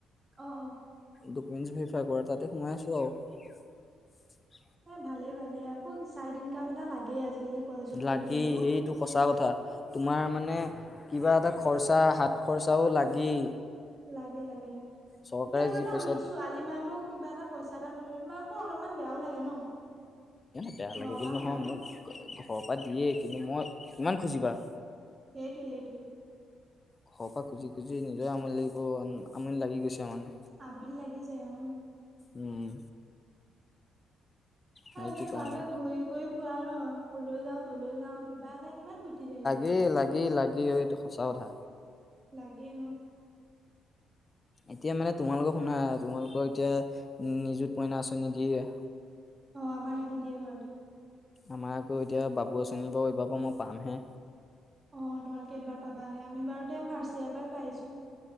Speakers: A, on the right; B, on the left.
A: অহ অহ
B: ডকমেন্ত ভিৰেফাইট কৰা তাতে সোমাই আছো আৰু
A: এ ভালে ভালে আকৌ চাইড ইনকাম এটা লাগে আজিকালি কলেজত পঢ়ি
B: লাগেই
A: থাকিলেও
B: সেইটো সঁচা কথা তোমাৰ মানে কিবা এটা খৰচা হাত খৰচাও লাগেই
A: লাগে লাগে
B: চৰকাৰে
A: তেতিয়া বাৰুতো
B: যি পইচা
A: আমি ছোৱালী মানুহ কিবা এটা পইচা এটা ভৰি তোমাক আকৌ অলপমান বেয়াও লাগে ন
B: বেয়া লাগে
A: ঘৰৰ
B: বুলি
A: পৰা
B: নহয়
A: সোধাটো
B: মোক ঘৰৰ পৰা দিয়ে কিন্তু মই কিমান খুজিবা
A: সেইটোৱ সেইটোৱে
B: ঘৰৰ পৰা খুজি খুজি নিজৰ আমনি লাগিব আমনি লাগি গৈছে মানে
A: আমনি লাগি যায় অহ
B: উম
A: অ
B: সেইটো
A: এনেই তোমাকে
B: কাৰণে
A: ঘূৰি কৰি ফুৰা ন অলৈ যাওঁ তলৈ যাওঁ কিবা এটা কিমান ফূতি থাকিবা আৰু
B: এই লাগি লাগি অহ এইটো সঁচা কথা
A: লাগে অহ
B: এতিয়া মানে তোমালোকক শুনা তোমালোকৰ এতিয়া নিযুত মইনা আঁচনি দিয়ে
A: অহ আমাৰ সেইটো দিয়ে বাৰুতে
B: আমাৰ আকৌ এতিয়া বাবু আঁচনি বাৰু এইবাৰ পৰা মই পামহে
A: অঁহ তোমালোকে এইবাৰ পাবাহে আমি বাৰুতে ফাৰ্ষ্ট ইয়াৰৰ পৰাই পাই আহিছোঁ।